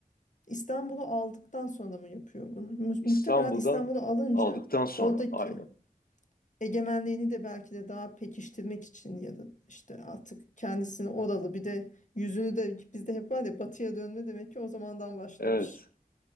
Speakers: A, on the left; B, on the left.
A: İstanbul'u aldıktan sonra mı yapıyor bunu? Mu-
B: İstanbul'dan
A: Muhtemelen İstanbul'u alınca
B: aldıktan sonra
A: oradaki
B: aynı.
A: egemenliğini de belki de daha pekiştirmek için ya da işte artık kendisini oralı bir de yüzünü de bizde hep var ya batıya dönme demek ki o zamandan başlamış.
B: Evet.